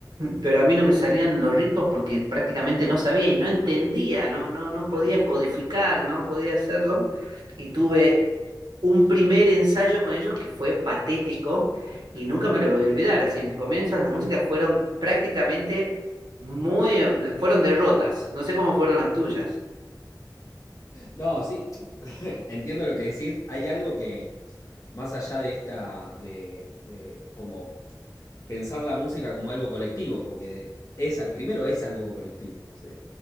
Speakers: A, on the right (about 75°); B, on the left (about 45°).
A: pero a mí no me salían los ritmos porque prácticamente no sabía y no entendía, no, no, no podía codificar, no podía hacerlo. Y tuve un primer ensayo con ellos que fue patético y nunca me lo voy a olvidar. Así, mis comienzos, las músicas fueron prácticamente muy, fueron derrotas. No sé cómo fueron las tuyas.
B: No, sí, <laughs> entiendo lo que decís. Hay algo que, más allá de esta, de, de como pensar la música como algo colectivo, porque es, primero es algo colectivo, ¿sí?